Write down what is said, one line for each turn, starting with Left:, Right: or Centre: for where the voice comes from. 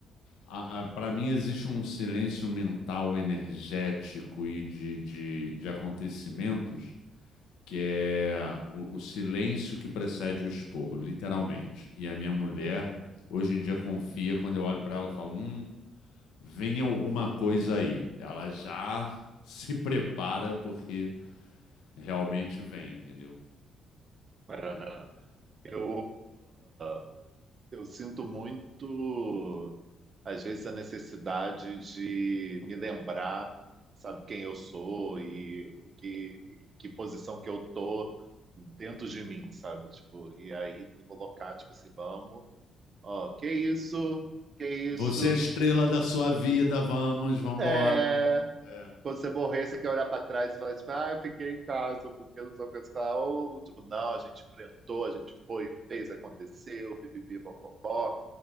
Left: a, a- pra mim existe um silêncio mental, energético e de, de, de acontecimentos que é o, o silêncio que precede o esporro, literalmente. E a minha mulher,
Right: Uhum.
Left: hoje em dia, confia. Quando eu olho pra ela, eu falo: Hum, vem alguma coisa aí. Ela já <laughs> se prepara porque realmente vem, entendeu?
Right: Maraná. Eu, uh, eu sinto muito, às vezes, a necessidade de me lembrar, sabe, quem eu sou e o que, que posição que eu tô dentro de mim, sabe? Tipo, e aí me colocar, tipo assim, vamos, ó, que isso, que isso,
Left: Você é a estrela da sua vida, vamos, vambora.
Right: é.
Left: É.
Right: Quando você morrer, você quer olhar para trás e falar, tipo, ah, eu fiquei em casa, porque eu não sou coisa. Falar, ou, tipo, não, a gente enfrentou, a gente foi, fez, aconteceu, pipipi, popopó,